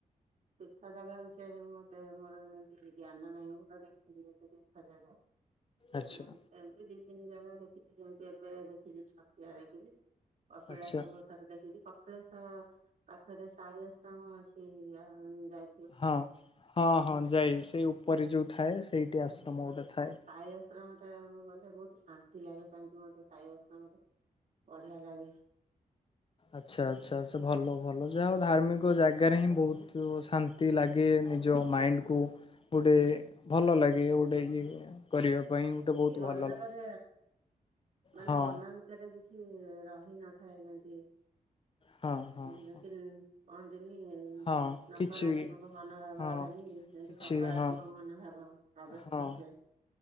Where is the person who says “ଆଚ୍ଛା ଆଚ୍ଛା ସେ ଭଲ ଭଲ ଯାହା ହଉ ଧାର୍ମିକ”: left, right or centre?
Left